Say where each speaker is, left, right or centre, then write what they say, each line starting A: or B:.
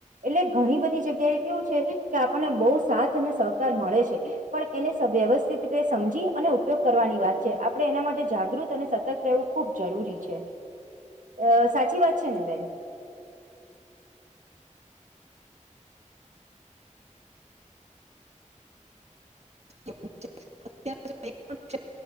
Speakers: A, on the right; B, on the right.
A: એટલે ઘણી બધી જગ્યા એ કેવું છે કે આપણને બહુ સાથ અને સહકાર મળે છે. પણ એને સવ વ્યવસ્થિત રીતે સમજી અને ઉપયોગ કરવાની વાત છે આપડણે એના માટે જાગૃત અને સતત. રહેવું ખુબ જરૂરી છે. અ સાચી વાત છે ને બેન.
B: એવું છે. <inaudible>